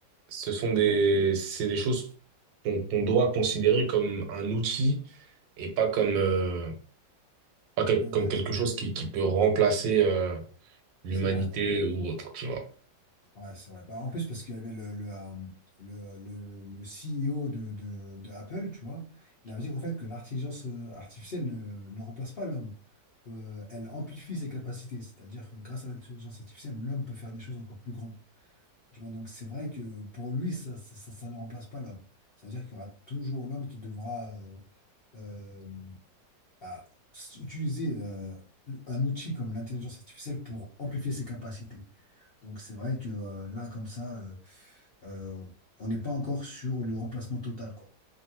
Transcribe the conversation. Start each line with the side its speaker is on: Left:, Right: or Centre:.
Right: ce sont des, c'est des choses qu'on qu'on doit considérer comme un outil et pas comme, euh, pas quel-
Left: c'est
Right: comme
Left: vrai.
Right: quelque chose qui, qui peut remplacer, euh, l'humanité
Left: C'est vrai.
Right: ou autre, tu vois.
Left: Ouais, c'est vrai. Bah, en plus, parce qu'il y avait le, le, euh, le, euh, le, le CEO de, de, de Apple, tu vois, il avait dit qu'en fait que l'intelligence euh, artificielle ne, ne remplace pas l'homme. Euh, elle amplifie ses capacités, c'est-à-dire que grâce à l'intelligence artificielle, l'homme peut faire des choses encore plus grandes. Tu vois, donc c'est vrai que pour lui, ça, ça, ça- ça ne remplace pas l'homme. C'est-à-dire qu'il y aura toujours l'homme qui devra euh, euh, bah, s- utiliser euh, un outil comme l'intelligence artificielle pour amplifier ses capacités. Donc c'est vrai que euh, là, comme ça, euh, euh, on n'est pas encore sur le remplacement total, quoi.